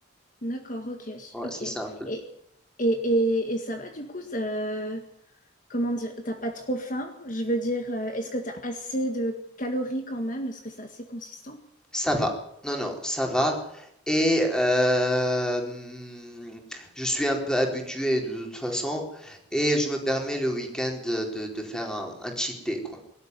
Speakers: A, on the left; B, in the centre.
A: D'accord, ok,
B: Ouais,
A: ok.
B: c'est
A: Et,
B: simple.
A: et, et, et ça va du coup, ça- comment dire, t'as pas trop faim? Je veux dire, euh, est-ce que t'as assez de calories quand même? Est-ce que c'est assez consistant?
B: Ça va. Non, non, ça va. Et euh, hum, je suis un peu habitué de toute façon. Et je me permets le week-end de, de- de faire un, un cheat day, quoi.